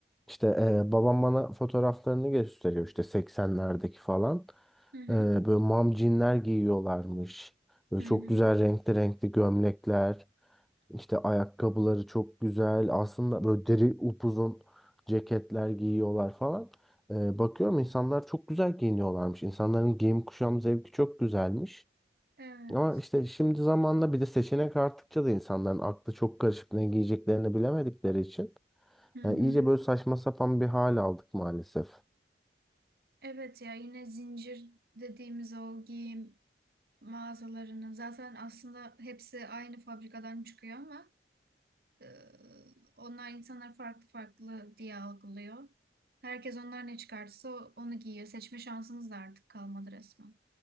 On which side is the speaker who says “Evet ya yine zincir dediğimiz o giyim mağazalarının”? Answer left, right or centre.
Right